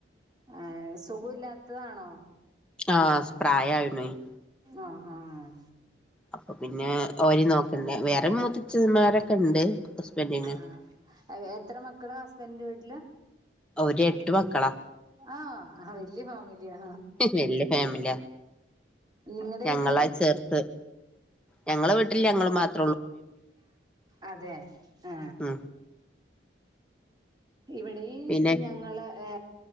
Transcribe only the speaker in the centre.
ആഹ് പ്രായായിണുവേയ്
അപ്പൊ പിന്നെ ഓരിം നോക് വെറെ മുത്തച്ചന്മാരൊക്കെ ഇണ്ട് ഹസ്ബൻ്റിന്
അവര് എട്ട് മക്കളാ
വല്യ ഫാമിലിയാ
ഞങ്ങളാ
ചേർത്ത് ഞങ്ങളെ വീട്ടില് ഞങ്ങള് മാത്ര
ഉം
പിന്നെ